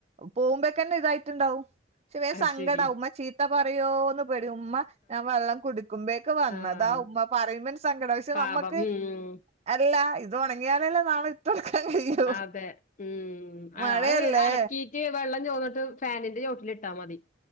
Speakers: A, on the right; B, on the left.
A: പോകുമ്പോക്കെന്നെ ഇതായിട്ട്ണ്ടാവും. പക്ഷ വേ
B: അത്
A: സങ്കടാവും
B: ശരി
A: ഉമ്മ ചീത്ത പറയോന്ന് പേടി ഉമ്മ ഞാൻ വെള്ളം കുടുക്കുമ്പോഴേക്കെ വന്നതാ
B: ആഹ്
A: ഉമ്മ പറയുമ്പ സങ്കട പക്ഷേ
B: പാപം
A: നമ്മക്ക്
B: ഉം
A: അല്ല ഇത് ഉണങ്ങിയാലല്ലേ നാളെ ഇട്ടൊടുക്കാൻ കഴിയൂ
B: അതെ ഉം അഹ്
A: മഴയല്ലേ
B: അഹ് അലക്കി വെള്ളം ചോന്നിട്ട് ഫാനിന്റെ ചോട്ടിലിട്ടാൽ മതി.